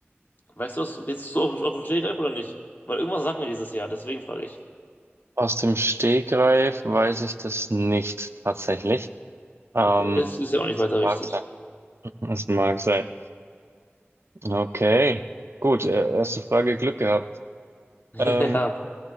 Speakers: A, on the left; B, on the right.
A: Weißt du das jetzt so auf, auf dem Stegreif oder nicht? Weil irgendwas sagt mir dieses Jahr, deswegen frage ich.
B: Aus dem Stegreif weiß ich das nicht tatsächlich. Ähm,
A: Okay, ist, ist ja auch nicht
B: es
A: weiter
B: mag
A: wichtig.
B: sein. <laughs> Es mag sein. Okay. Gut, äh, erste Frage Glück gehabt.
A: <laughs>
B: Ähm,
A: Ja,